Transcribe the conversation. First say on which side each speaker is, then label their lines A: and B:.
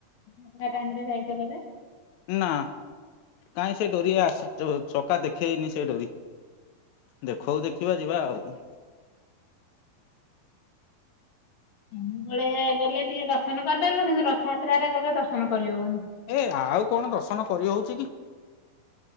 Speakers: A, on the left (about 50°); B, on the left (about 80°).
A: ମକା ଟାଇମରେ ଯାଇତ କଲେ।
B: ନା କାହିଁ ସେ ଡୋରି ଆସ ଚକା ଦେଖେଇନି ସେ ଡୋରି ଦେଖଉ ଦେଖିବା ଯିବା ଆଉ
A: ସବୁବେଳେ ଗଲେ ଟିକେ ଦର୍ଶନ କରିପାରିବ କିନ୍ତୁ ରଥଯାତ୍ରରେ ଗଲେ ଦର୍ଶନ କରିହବନି।
B: ଏ ଆଉ କଣ ଦର୍ଶନ କରିହଉଛି କି?